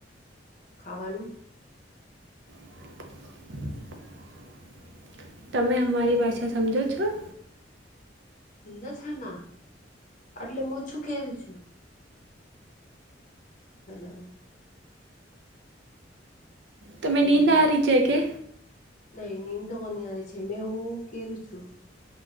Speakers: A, on the left (about 45°); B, on the right (about 65°).
A: ખાવાનું.
B: <inaudible> તમે અમારી ભાષા સમજો છો?
A: સમજાય છે ના એટલે હું શું કેરૂ છું. હલો
B: તમે
A: હલો
B: નીંદ આવરી છે કે?
A: નહી નીદ તો કોનીયારી છે મેં હું કેરૂ છું